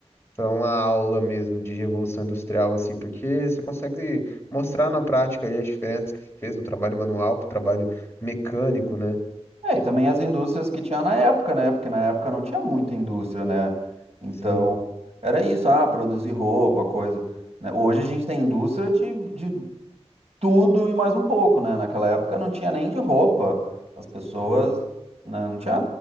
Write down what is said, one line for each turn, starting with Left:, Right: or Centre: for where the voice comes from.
Left: para uma aula mesmo de Revolução Industrial, assim, porque você consegue mostrar na prática ali a diferença que fez do trabalho manual para o trabalho mecânico, né?
Right: É, e também as indústrias que tinha na época, né? Porque na época não tinha muita indústria, né? Então,
Left: Sim,
Right: era isso, ah, produzir roupa, coisa. né? Hoje a gente tem indústria de, de tudo e mais um pouco, né? Naquela época não tinha nem de roupa. As pessoas,
Left: uhum.
Right: né, não tinha.